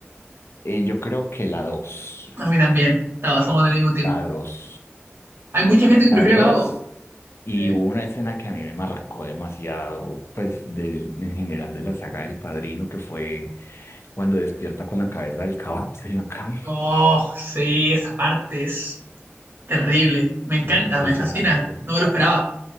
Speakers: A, on the left; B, on the right.
A: Eh, yo creo que la dos
B: A mí también. Estaba, somos del mismo team.
A: La dos
B: Hay mucha gente
A: La
B: que prefiere
A: dos
B: la dos
A: Y
B: ¿no? Eh,
A: hubo una escena que a mí me marcó demasiado, pues del, en general de la saga del Padrino, que fue cuando despierta con la cabeza del caballo en la cama.
B: oh, sí, esa parte es terrible. Me encanta,
A: Es impresionante.
B: me fascina. No me lo esperaba.